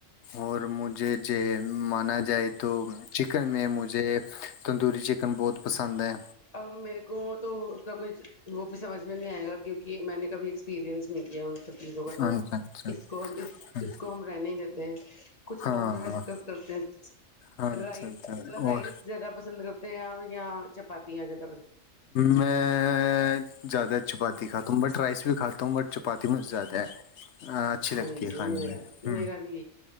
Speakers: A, on the left; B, on the left.
A: اور مجھے ج مانا جائے تو چکن میں مجھے تندوری چکن بہت پسند ہے
B: اب میرے کو تو اس کا کچھ وہ بھی سمجھ میں نہیں آئے گا کیونکہ میں نے کبھی ایکسپیرئنس نہیں کیا چیز ہوگا تو
A: اچھا اچھا
B: کو
A: اچھا
B: کو ہم رہنے دیتے ہیں کچھ
A: ہاں
B: اور ڈسکس کرتے ہیں
A: ہاں
B: رس
A: اچھا اچھا
B: مطلب رائس
A: اور
B: زیادہ پسند کرتے ہیں آپ یا چپات ج
A: میں زیادہ چپات د کات کم رائس بھی کھاتا ہوں بٹ چپاتی مجھے زیادہ ہے اچھی
B: ہاں
A: لگتی
B: جی
A: ہے کھانے
B: میرا
A: میں ہ
B: میرا بھی